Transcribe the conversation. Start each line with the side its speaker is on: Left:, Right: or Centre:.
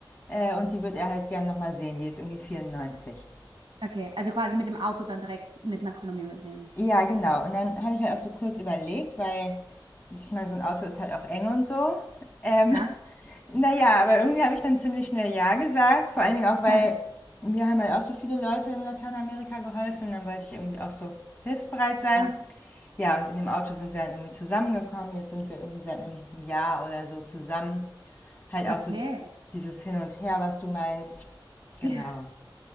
Left: äh, und die wird er halt gern nochmal sehen, die ist irgendwie 94.
Right: Okay. Also quasi mit dem Auto dann direkt mit nach Kolumbien mitnehmen.
Left: Ja, genau. Und dann habe ich halt auch so kurz überlegt, weil ich meine, so ein Auto ist halt auch eng und so. Ähm,
Right: Ja.
Left: <laughs> naja, aber irgendwie habe ich dann ziemlich schnell Ja gesagt. Vor allen Dingen auch, weil
Right: <laughs>
Left: mir haben halt auch so viele Leute in Lateinamerika geholfen. Dann wollte ich irgendwie auch so hilfsbereit sein.
Right: Ja.
Left: Ja, und in dem Auto sind wir dann irgendwie zusammengekommen. Jetzt sind wir irgendwie seit einem Jahr oder so zusammen. Halt auch
Right: Okay.
Left: so dieses Hin und Her, was du meinst. Genau.
Right: <laughs>